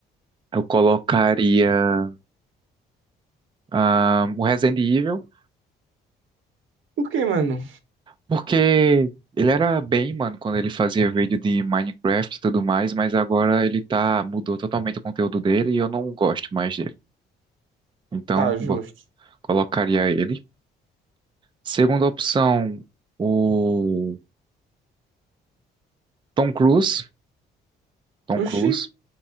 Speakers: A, on the right (about 25°); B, on the right (about 75°).
A: Eu colocaria ah, o Resident Evil,
B: Por que, mano?
A: porque ele era bem, mano, quando ele fazia vídeo de Minecraft e tudo mais, mas agora ele tá, mudou totalmente o conteúdo dele e eu não gosto mais dele. Então,
B: Tá justo.
A: bo- colocaria ele. Segunda opção, o Tom Cruise, Tom Cruise,
B: Oxi.